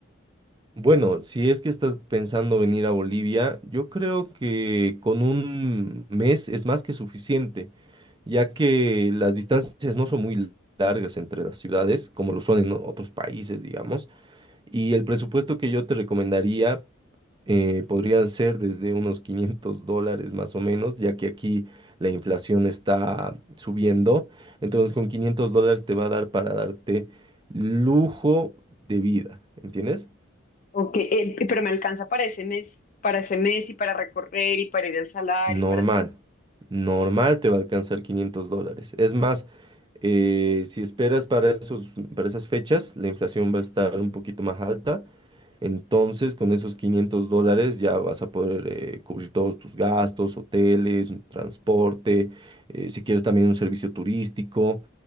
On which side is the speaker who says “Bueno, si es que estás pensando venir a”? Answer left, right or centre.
Right